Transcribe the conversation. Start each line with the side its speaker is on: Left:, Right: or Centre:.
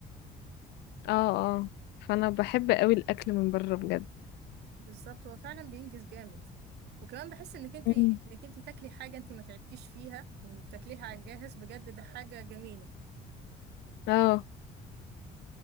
Left: اه اه فانا بحب قوي الاكل من بره بجد
Right: بالظبط هو فعلا بينجز جامد وكمان بحس انك انت
Left: مم.
Right: انك انت تاكلي حاجه انت ما تعبتيش فيها يعني بتاكليها على الجاهز بجد ده آه. حاجه جميله
Left: اه